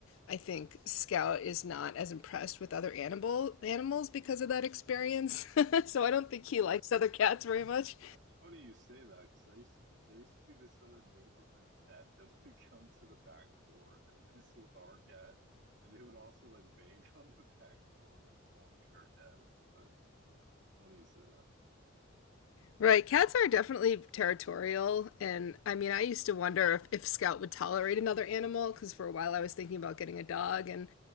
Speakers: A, on the left; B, on the right.
A: I think Scout is not as impressed with other animal animals because of that experience. <laughs> so I don't think he
B: Yeah,
A: likes
B: that's
A: other cats
B: that's
A: very much.
B: That's funny you say that because I used to there used to be this other neighborhood cat that <laughs> would come to the back door and mess with our cat, and they would also like bang <laughs> on the back door, like taunting our cat inside. It's funny you say that.
A: Right, cats are definitely territorial, and I mean, I used to wonder if, if Scout would tolerate another animal because for a while I was thinking about getting a dog, and